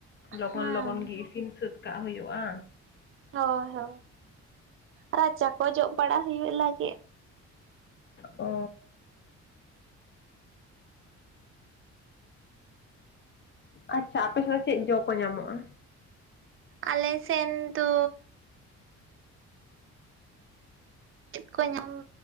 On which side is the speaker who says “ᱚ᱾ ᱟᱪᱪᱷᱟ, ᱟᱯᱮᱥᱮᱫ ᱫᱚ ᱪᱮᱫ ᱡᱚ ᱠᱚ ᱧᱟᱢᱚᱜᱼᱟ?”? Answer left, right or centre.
Left